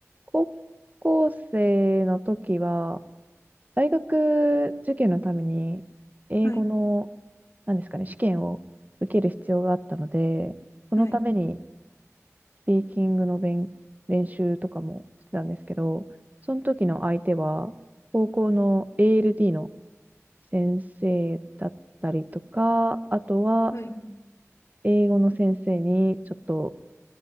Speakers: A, on the right (about 35°); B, on the left (about 80°).
A: 高校生の時は、大学受験のために、英語の、
B: はい、
A: なんですかね、試験を受ける必要があったので、そのために
B: はい、
A: スピーキングの勉、練習とかもしてたんですけど、その時の相手は、高校の ALD の先生だったりとか、あとは、
B: はい。
A: 英語の先生に、ちょっと